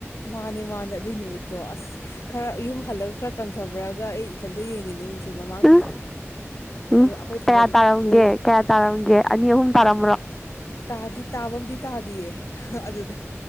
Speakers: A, on the left; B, in the centre.
A: ꯃꯥꯅꯦ ꯃꯥꯅꯦ ꯑꯗꯨꯏ ꯅꯨꯃꯤꯠꯇꯣ ꯑꯁ ꯈꯔ ꯌꯨꯝ ꯍꯜꯂꯒ ꯈꯔ ꯀꯪꯊꯕ꯭ꯔꯒ ꯑꯩ ꯏꯊꯟꯇ ꯌꯦꯡꯉꯤꯅꯦ ꯃꯤꯡꯁꯦ ꯃꯃꯥꯡꯗꯨꯗ
B: ꯎꯝ ꯎꯝ
A: ꯑꯗꯣ ꯑꯩꯈꯣꯏ ꯊꯥꯕꯜ
B: ꯀꯌꯥ ꯇꯥꯔꯝꯒꯦ
A: ꯂꯣꯏ
B: ꯀꯌꯥ ꯇꯥꯔꯝꯒꯦ ꯑꯅꯤ ꯑꯍꯨꯝ ꯇꯥꯔ꯭ꯔꯣ
A: ꯇꯥꯗꯤ ꯇꯥꯕꯕꯨꯗꯤ ꯇꯥꯗꯤꯌꯦ ꯑꯗꯨꯗ